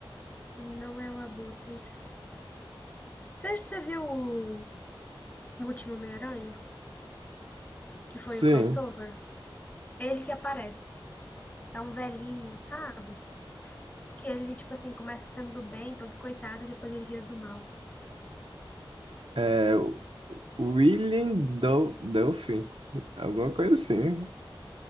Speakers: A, on the left (about 15°); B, on the right (about 70°).
A: não é o Abutre. Você, você viu o o último Homem-Aranha, que foi
B: Sim.
A: o crossover? Ele que aparece. É um velhinho, sabe? Que ele, tipo assim, começa sendo do bem, todo coitado, e depois ele vira do mal.
B: É o William Dou- Duffy. Alguma coisa assim.